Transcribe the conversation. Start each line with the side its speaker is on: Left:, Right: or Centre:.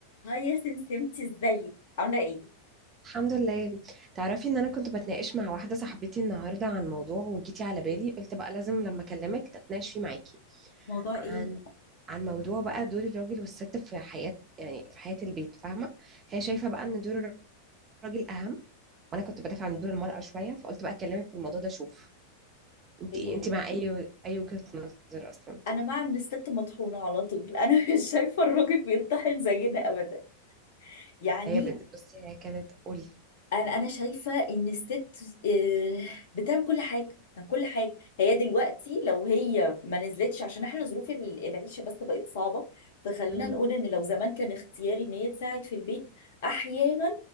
Left: هاي يا سمسمتي ازيك عامله ايه
Right: الحمد لله تعرفي ان انا كنت بتناقش مع واحده صاحبتي النهارده عن موضوع وجيتي على بالي قلت بقى لازم لما اكلمك اتناقش فيه معاكي
Left: موضوع ايه
Right: عن عن موضوع بقى دور الراجل والست في حياه يعني في حياه البيت فاهمه هي شايفه بقى ان دور الراجل اهم وانا كنت بدافع عن دور المراه شويه فقلت بقى اكلمك في الموضوع ده شوف انت
Left: ايه
Right: ايه انت مع اي اي وجهه نظر اصلا
Left: انا مع ان الست مطحونه على طول انا <laughs> مش شايفه الراجل بيطحن زينا ابدا يعني
Right: هي بنت بس هي كانت قولي
Left: انا انا شايفه ان الست آه، بتعمل كل حاجه كل حاجه هي دلوقتي لو هي ما نزلتش عشان احنا ظروف ال- العيشه بس بقت صعبه فخلينا
Right: مم.
Left: نقول ان لو زمان كان اختياري ان هي تساعد في البيت احيانا